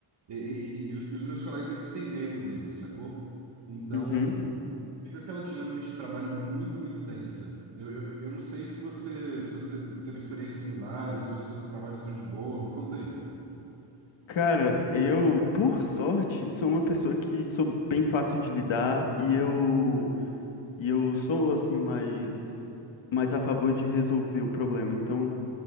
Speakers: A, on the right; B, on the left.
A: E, e- e os e os meus colegas, eles têm medo dele, sacou? Então,
B: uhum.
A: fica aquela dinâmica de trabalho muito, muito tensa. Eu, eu, eu eu não sei se você, se você teve experiências similares ou se seus trabalhos são de boa. Me conta aí.
B: Cara, eu, por sorte, sou uma pessoa que sou bem fácil de lidar e eu e eu sou assim mais mais a favor de resolver o problema. Então,